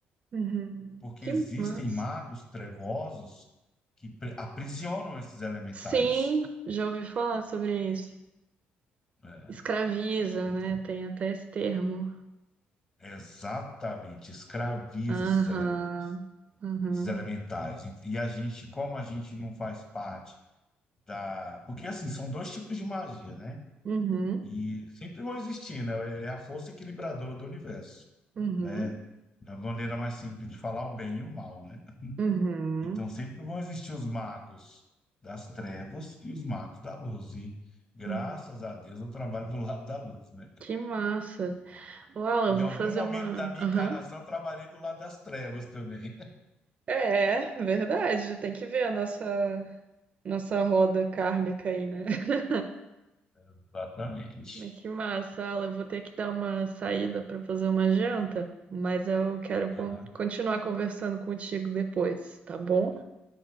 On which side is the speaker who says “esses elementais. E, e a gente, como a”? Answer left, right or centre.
Left